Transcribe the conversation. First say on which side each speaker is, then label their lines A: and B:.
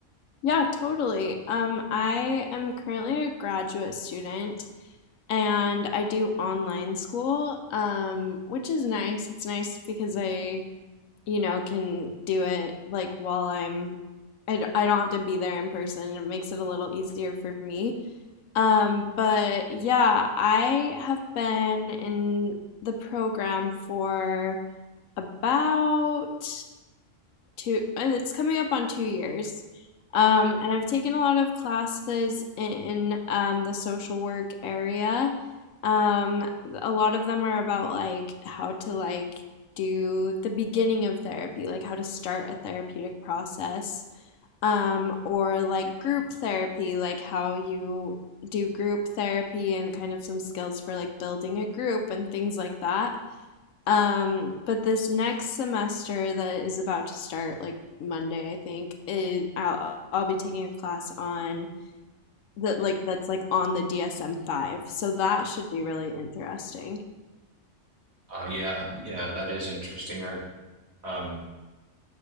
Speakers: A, on the left; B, on the right.
A: Yeah, totally. Um, I am currently a graduate student and I do online school, um, which is nice. It's nice because I, you know, can do it like while I'm, I, d- I don't have to be there in person. It makes it a little easier for me. Um, but yeah, I have been in the program for about two and it's coming up on two years um, and i've taken a lot of classes in um, the social work area um, a lot of them are about like how to like do the beginning of therapy like how to start a therapeutic process um, or like group therapy like how you do group therapy and kind of some skills for like building a group and things like that um, but this next semester that is about to start, like Monday, I think, is I'll, I'll be taking a class on that, like that's like on the DSM-5. So that should be really interesting.
B: Uh, yeah, yeah, that is interesting. I've um,